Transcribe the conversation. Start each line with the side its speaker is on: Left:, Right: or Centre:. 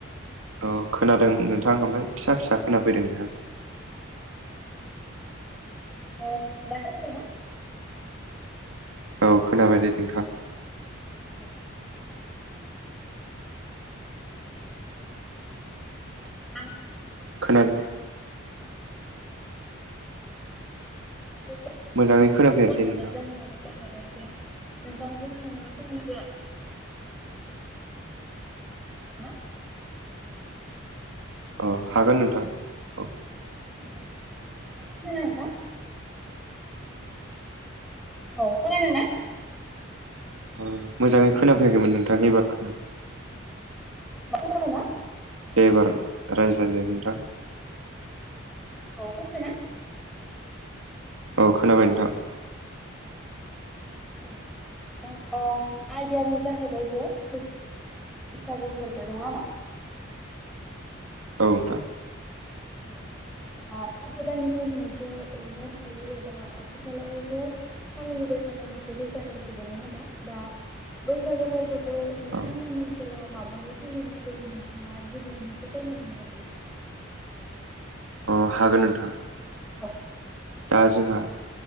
Right: औ खोनादों नोंथां। ओमफाय फिसा फिसा खोनाफैदों नोंथां।
Centre: अ दा खोनाबाय ना?
Right: औ खोनाबाय दे नोंथां।
Centre: औ। आं
Right: खोनादो।
Centre: नोंथांखौ कल
Right: मोजाङै खोनाफैयासै
Centre: हरनाय
Right: नोंथां
Centre: जाहोनानो जाहैबायदि नोंथांजों आङो फंनैसो <unintelligible>
Right: अ हागोन नोंथां। औ
Centre: <unintelligible> नोंथां? औ खोनादों ना?
Right: ओ मोजाङै
Centre: नोंथां
Right: खोनाफैयाखैमोन नोंथां एबार खोनादों।
Centre: दा खोनाबायना?
Right: दे एबार रायज्लायलाय नोंथां।
Centre: औ खोनाबायना?
Right: औ खोनाबाय नोंथां।
Centre: उम औ। अ अ आयदायानो जाहैबाय जे बै सागो फोरबो। नङा होमा?
Right: औ नोंथां।
Centre: औ दा गोदो गोदायनिफ्रायनो मोनसे एंगार हायि एबा आथिखालावबो फालिबोबाय थानाय मोनसे बैसागो फोरबो नङा होमबा? दा बैसागो फोरबो खौ नोंथांमोननि
Right: औ
Centre: ओनसोलाव माबोरै फालिनाय नोंथाङा गिबियावनो एसे फोरमायनो हागोन ना?
Right: अ हागोन नोंथां।
Centre: औ।
Right: दा जोंहा